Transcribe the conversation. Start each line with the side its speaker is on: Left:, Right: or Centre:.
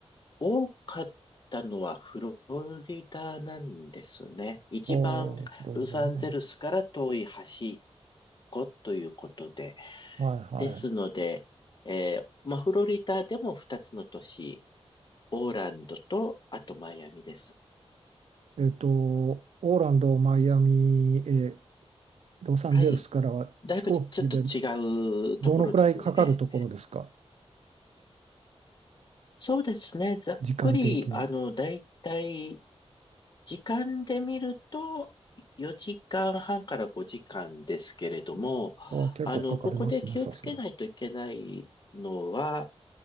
Left: 多かったのはフロリダなんですね。一番ロサンゼルスから遠い端っ
Right: おー、フロリダね。
Left: こということで。
Right: はいは
Left: ですので、えーまあ、フロリダでも2つの都市、オーランドと、あとマイアミです。
Right: い。えっと、オーランド、マイアミ、えーロサンゼルスからは飛行機で
Left: はい。だいぶちょっと違うところですね。
Right: どのくらいかかるところですか、
Left: ええそうですね。ざっくり、
Right: 時間的に。
Left: あの、だいたい時間で見ると、4時間半から5時間ですけれども、
Right: あ結構かかりますね、
Left: あの、ここで気をつけないといけないのは、
Right: さすがに。